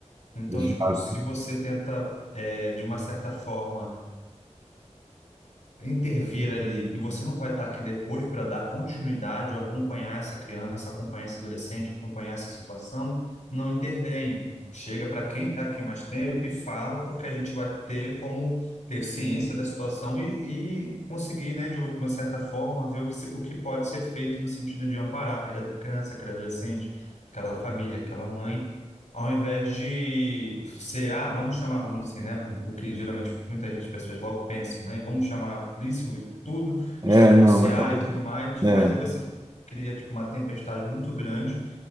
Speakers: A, on the left; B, on the right.
A: Então,
B: Exato.
A: tipo, se você tenta, é, de uma certa forma, intervir ali e você não vai estar aqui depois para dar continuidade ou acompanhar essa criança, acompanhar esse adolescente, acompanhar essa situação, não intervém. Chega para quem está aqui mais tempo e fala, porque a gente vai ter como ter ciência da situação e, e conseguir, né, de uma certa forma, ver o que, se- o que pode ser feito no sentido de amparar aquela criança, aquele adolescente, aquela família, aquela mãe ao invés de ser, ah, vamos chamar, vamos assim, né? Porque geralmente muita gente, pessoas logo pensam, né? Vamos chamar a polícia, tudo,
B: É,
A: já denunciar
B: não, é claro.
A: e tudo
B: que-
A: mais, mas
B: É.
A: aí você cria, tipo, uma tempestade muito grande.